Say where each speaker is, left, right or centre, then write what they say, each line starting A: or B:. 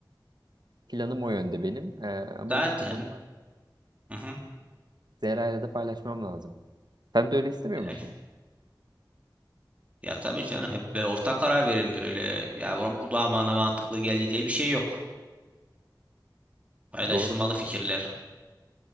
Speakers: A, on the right; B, on the right.
A: planım o yönde benim. E, ama
B: Zaten
A: bu planımı
B: hı hı,
A: Zehra'yla da paylaşmam lazım. Sen de öyle istemiyor
B: öyle.
A: musun?
B: Ya tabii canım hep böyle ortak karar verilmeli öyle ya o da bana mantıklı geldi diye bir şey yok. Paylaşılmalı
A: Doğru.
B: fikirler